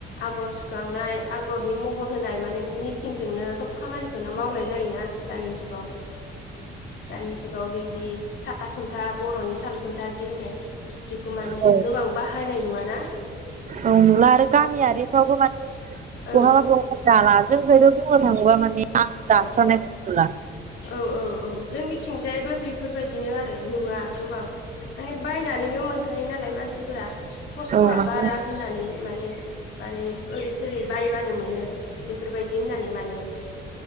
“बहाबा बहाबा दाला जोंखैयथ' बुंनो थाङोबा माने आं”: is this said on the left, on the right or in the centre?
Right